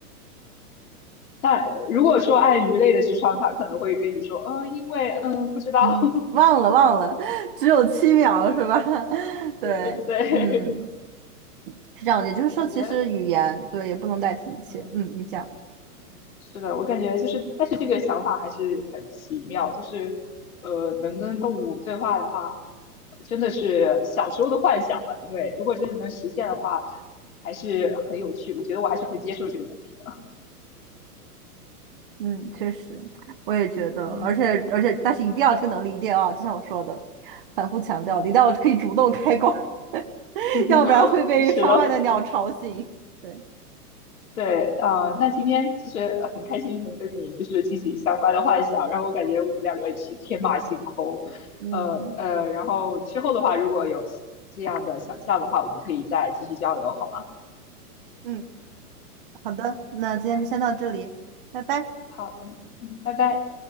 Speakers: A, on the left; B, on the right.
A: 那如果说按鱼类的智商，他可能会跟你说，嗯、因为嗯、不知道，
B: 嗯，忘了忘了，只有七秒是吧？<laughs> 对，
A: <laughs> 对，
B: 嗯，是这样的。也就是说，
A: 感觉
B: 其实语言对也不能代替一切。
A: 嗯
B: 嗯，你讲，
A: 嗯，是的，我感觉就是，但是这个想法还是很奇妙，就是，呃，能跟动物对话的话，真的是小时候的幻想了。因为如果真的能实现的话，还是很有趣。我觉得我还是会接受这个能力的。
B: 嗯，确实，我也觉得，
A: 嗯
B: 而且而且，但是一定要这个能力一定要，就像我说的，反复强调的，
A: 嗯，
B: 一定要可以主动开关，<laughs>
A: <laughs>
B: 要不然会被窗外的鸟吵醒。
A: 是的。
B: 对，
A: 对，啊，那今天就是很开心能跟你就是进行相关的幻想，然后我感觉我们两个也是天马行空，
B: 嗯
A: 呃呃，然后之后的话如果有这样的想象的话，我们可以再继续交流，好吗？
B: 嗯，好的，那今天就先到这里，拜拜。
A: 好，嗯，嗯拜拜。